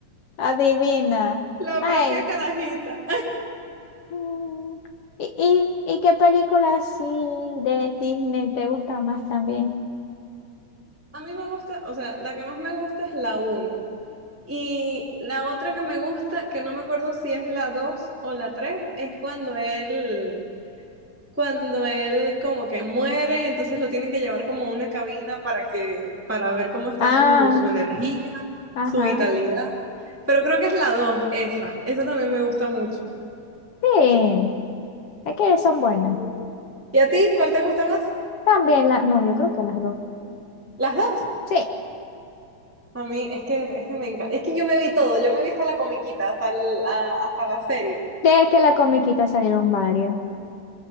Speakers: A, on the left (about 60°); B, in the centre.
A: Adivina.
B: La
A: Ay.
B: propia carajita.
A: mm, ¿Y, y, y qué película así de Disney te gusta más también?
B: A mí me gusta, o sea, la que más me gusta es la uno Y la otra que me gusta, que no me acuerdo si es la 2 o la 3, es cuando él cuando él como que muere, entonces lo tienen que llevar como a una cabina para que, para ver cómo está
A: Ah,
B: su, su energía,
A: ajá.
B: su vitalidad. Pero creo que es la 2 esa. Esa también me gusta mucho.
A: Sí, es que son buenas.
B: Ujú. ¿Y a ti cuál te gusta más?
A: También la, no, yo creo que las dos.
B: Las dos.
A: Sí,
B: A mí es que, es que me encanta. Es que yo me vi todo, yo me vi hasta la comiquita, hasta el- a- hasta la serie.
A: de que la comiquita salieron varias.